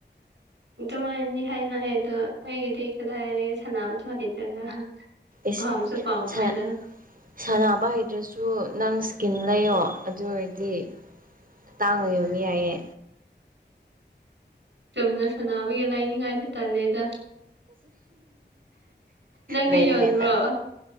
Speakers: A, on the right; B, on the right.
A: ꯑꯗꯨꯉꯥꯏꯅꯅꯤ ꯍꯥꯏꯅ ꯑꯗꯣ ꯑꯩꯒꯤꯗꯤ ꯀꯗꯥꯏꯗ ꯁꯅꯥꯝꯇ ꯍꯩꯇ꯭ꯔꯒ
B: ꯏꯁ
A: ꯄꯥꯝꯁꯨ ꯄꯥꯝꯃꯣꯏꯗ
B: ꯁꯥꯟꯅꯕ ꯍꯩꯇ꯭ꯔꯁꯨ ꯅꯪ ꯏꯁ꯭ꯀꯤꯟ ꯂꯩꯌꯣ ꯑꯗꯨ ꯑꯣꯏꯔꯗꯤ ꯇꯥꯡꯉ ꯌꯣꯕ ꯌꯥꯏꯌꯦ
A: ꯆꯨꯝꯅ ꯁꯥꯟꯅꯕꯒꯤ ꯂꯩꯅꯤꯡꯉꯥꯏꯁꯨ ꯇꯜꯂꯦꯗ ꯅꯪꯗꯤ
B: ꯂꯩꯅꯤꯡꯉꯥꯏꯇꯥꯔꯦ
A: ꯌꯣꯟꯕ꯭ꯔꯣ